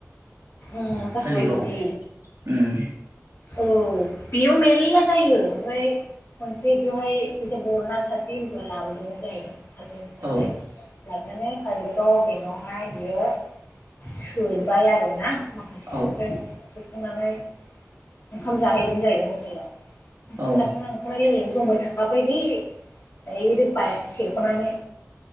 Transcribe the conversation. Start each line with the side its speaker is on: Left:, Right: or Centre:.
Left: उम जाखांबाय
Right: धालिगावआव
Left: बिदि
Right: उम।
Left: औ बेयाव मेरला जायो ओमफ्राय खनसे बेवहाय फैसा बरनानै सासे हिन्जावआ लाबोदोंमोन जाहैदों हाजो ओमफ्रायहाय
Right: औ
Left: लाबोनानै काजलगाव बेंकआवहाय बियो सोबाय आरोना माखासे
Right: औ
Left: <unintelligible> सोखांनानै ओंखाम जाहैदोंमोन जाहैदों हटेलाव ओंखाम
Right: औ ओ
Left: जाखांना ओंखारनाय लोगोआव जमबाय थाखाबाय बे डाइरेक्ट बायक सेख'नानै